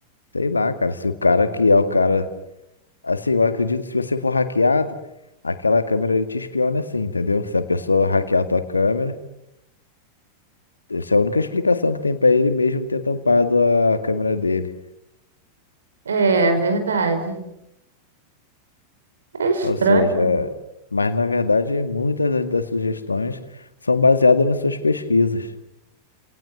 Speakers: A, on the left (about 75°); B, on the right (about 70°).
A: Sei lá, cara, se o cara que é o cara. Assim, eu acredito que se você for hackeado, aquela câmera ele te espiona assim, entendeu? Se a pessoa hackear a tua câmera, essa é a única explicação que tem pra ele mesmo ter tampado a câmera dele.
B: É, verdade. É estranho.
A: Ou seja, mas na verdade muitas das, das sugestões são baseadas nas suas pesquisas.